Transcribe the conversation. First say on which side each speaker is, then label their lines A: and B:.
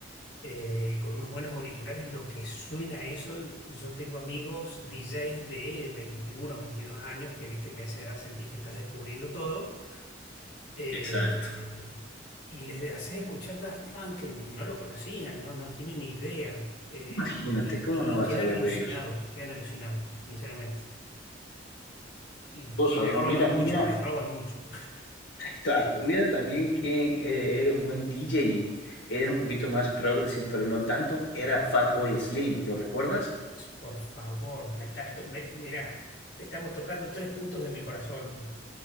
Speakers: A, on the left (about 65°); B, on the left (about 85°).
A: eh, y con unos buenos auriculares, lo que suena eso, yo tengo amigos DJs de 21, 22 años que viste que a esa edad sentís que estás descubriendo todo eh,
B: Exacto.
A: y les haces escuchar Daft Punk que no lo conocían, no, no tienen idea eh,
B: Imagínate,
A: y
B: ¿cómo
A: y-
B: no
A: y
B: vas
A: quedan
B: a ver
A: alucinados,
B: de ellos?
A: quedan alucinados, sinceramente y,
B: Cosas,
A: y le
B: ¿no?
A: roban
B: Mira,
A: mucho,
B: mira,
A: les roban mucho. <laughs>
B: exacto. Mira también que eh, era un buen DJ, era un poquito más progressive, pero no tanto, era Fatboy Slim, ¿lo recuerdas?
A: Por favor, me estás to- me- mirá, estamos tocando tres puntos de mi corazón.